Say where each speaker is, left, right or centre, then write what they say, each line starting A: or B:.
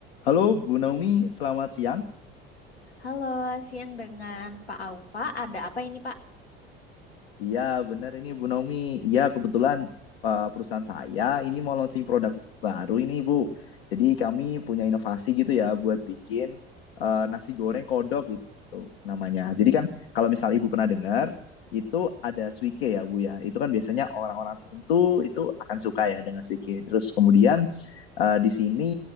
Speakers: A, on the left (about 65°); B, on the left (about 85°).
A: Halo Bu Naomi, selamat siang.
B: Halo, siang dengan Pak Aufa. Ada apa ini, Pak?
A: Iya, benar ini Bu Naomi. Iya, kebetulan eh, perusahaan saya ini mau launching produk baru ini, Bu. Jadi kami punya inovasi gitu ya buat bikin eh, nasi goreng kodok gitu namanya. Jadi kan kalau misal Ibu pernah dengar, itu ada suike ya, Bu ya. Itu kan biasanya orang-orang tertentu itu akan suka ya dengan suike. Terus kemudian eh, di sini